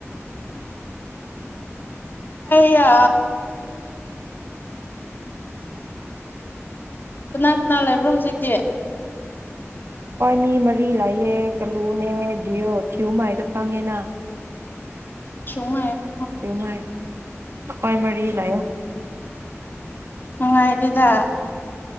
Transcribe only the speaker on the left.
ꯑꯌꯥ ꯀꯅꯥ ꯀꯅꯥ ꯂꯩꯕ꯭ꯔꯣ ꯍꯧꯖꯤꯛꯇꯤ
ꯁꯨꯃ
ꯑ ꯍꯥꯏꯗ‌ꯦꯗ